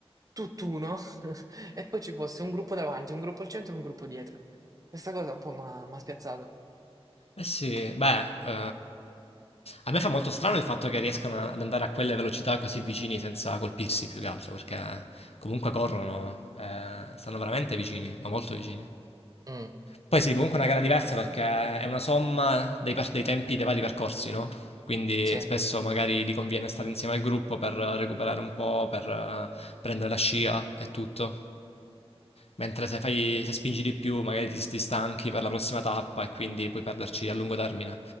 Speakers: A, on the right (about 35°); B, on the left (about 75°).
A: tutt'uno <laughs> e poi ci fosse un gruppo davanti, un gruppo al centro e un gruppo dietro. Questa cosa un po' mi ha spiazzato.
B: Eh sì, beh, eh, a me fa molto strano il fatto che riescano a- ad andare a quelle velocità così vicini senza colpirsi più che altro, perché comunque corrono, eh, stanno veramente vicini, ma molto vicini.
A: Mm,
B: Poi sì, comunque è una gara diversa perché è una somma dei, per- dei tempi dei vari percorsi, no? Quindi
A: sì.
B: spesso magari gli conviene stare insieme al gruppo per recuperare un po', per eh, prendere la scia e tutto. Mentre se fai, se spingi di più, magari ti, ti stanchi per la prossima tappa e quindi puoi perderci a lungo termine.